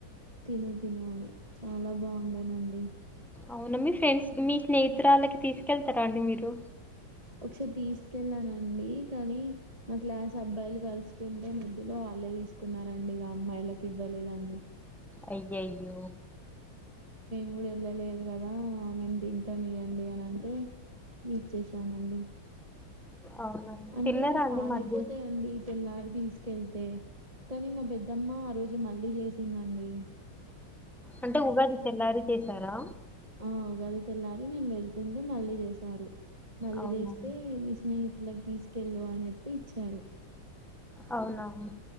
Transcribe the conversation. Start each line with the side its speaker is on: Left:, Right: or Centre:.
Right: తిను తిను అని చాలా బాగుండేనండి
Centre: అవునా మీ ఫ్రెండ్స్ మీ స్నేహితురాలకి తీసుకెళ్తారా అండి మీరు
Right: ఒకసారి తీసుకెళ్ళానండి కానీ మా క్లాస్ అబ్బాయిలు కలుస్తుంటే మధ్యలో వాళ్ళే తీసుకున్నారండి ఇక అమ్మాయిలకు ఇవ్వలేదండి
Centre: అయ్యయ్యో
Right: <unintelligible> వెళ్ళలేదు కదా మేము తింటాం ఇవ్వండి అని అంటే ఇచ్చేసానండి
Centre: అవునా
Right: అంటే
Centre: తిన్నారా అండి
Right: పాడైపోతాయండి
Centre: మధ్య
Right: తెల్లారి తీసుకెళ్తే కానీ మా పెద్దమ్మ ఆ రోజు మళ్ళీ చేసిందండి
Centre: అంటే ఉగాది తెల్లారి చేసారా
Right: ఆ ఉగాది తెల్లారే నేను వెళ్తుంటే మళ్ళీ చేశారు మళ్ళీ
Centre: అవునా
Right: చేస్తే మీ స్నేహిత్ తులకి తీసుకెళ్ళు అని చెప్పి ఇచ్చారు
Centre: అవునవును